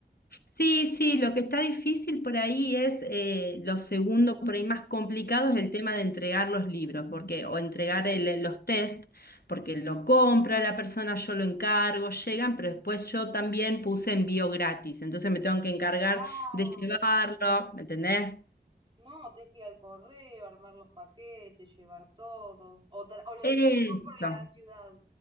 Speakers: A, on the left; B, on the right.
A: Sí, sí, lo que está difícil por ahí es eh, lo segundo, por ahí más complicado es el tema de entregar los libros, porque, o entregar el- eh, los test, porque lo compra la persona, yo lo encargo, llegan, pero después yo también puse envío gratis, entonces me tengo que encargar
B: Ah,
A: de llevarlo, ¿me entendés?
B: no, tenés que ir al correo, armar los paquetes, llevar todo. O, ta- o lo
A: Eso.
B: distribuís vos por la ciudad